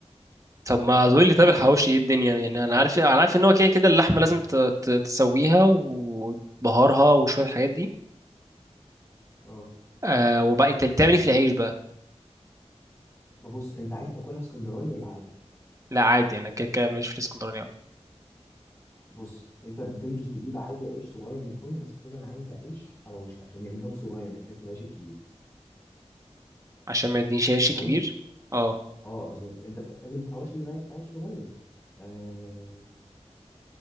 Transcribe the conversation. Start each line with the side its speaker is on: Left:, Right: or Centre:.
Right: طب ما تقول لي طب الحواوشي ايه الدنيا يعني انا عارف انا عارف ان هو كده كده اللحمه لازم ت- ت- تسويها وبهارها وشويه الحاجات دي
Left: اه
Right: آه وبقى انت بتعمل ايه في العيش بقى
Left: ما بص انت عايز تاكلها اسكندراني ولا عادي
Right: لا عادي انا كده كده ماليش في الاسكندراني أوي.
Left: بص انت بتنزل تجيب عادي عيش صغير من الفرن بس بتقول انا عايز عيش حواوشي عشان يعملها لك صغير ما يدكش العيش الكبير
Right: عشان ما يدينيش عيش
Left: تمام
Right: كبير اه
Left: اه اصل انت بتحتاج الحواوشي بيبقى في عيش صغير آه